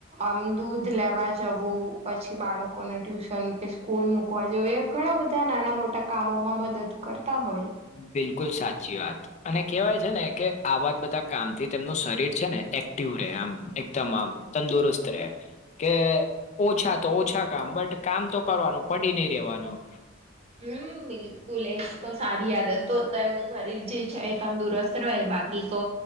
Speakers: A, on the right; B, on the left.
A: આમ દૂધ લેવા જવું પછી બાળકોને ટ્યુશન કે સ્કૂલ મુક વા જે ઘણા બધા નાના મોટા કામોમાં મદદ કરતા હોય.
B: બિલકુલ સાચી વાત અને કેહેવાય છે ને કે આવા બધા કામ થી તેમનું શરીર છે ને એક્ટિવ રહે આમ એકદમ આમ તંદુરસ્ત રહે. કે ઓછા તો ઓછા કામ બટ કામ તો કરવાનું પડી નહી રેવાનું.
A: હમ બિલ ફુલેસ તો સારી આયાદત તો તો એમનું શરીર જે છે એ તંદુરસ્ત રહે બાકી તો